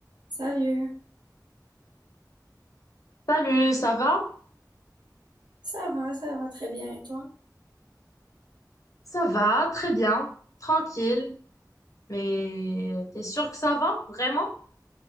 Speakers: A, on the right; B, on the left.
A: Salut,
B: Salut, ça va?
A: ça va, ça va très bien et toi?
B: Ça va, très bien, tranquille. Mais t'es sûr que ça va, vraiment?